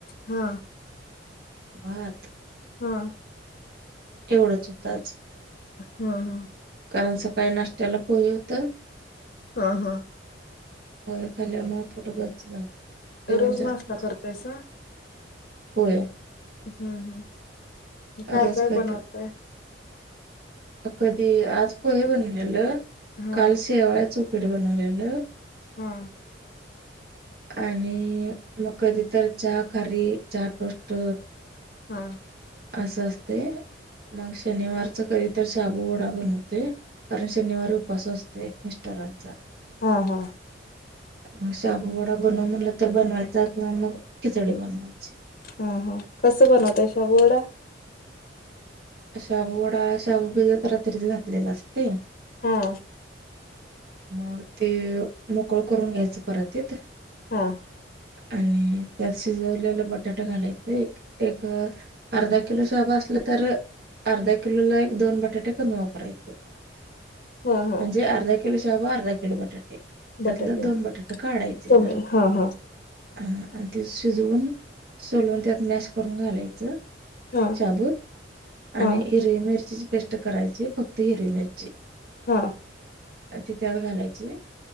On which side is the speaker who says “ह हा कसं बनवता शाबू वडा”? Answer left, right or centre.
Left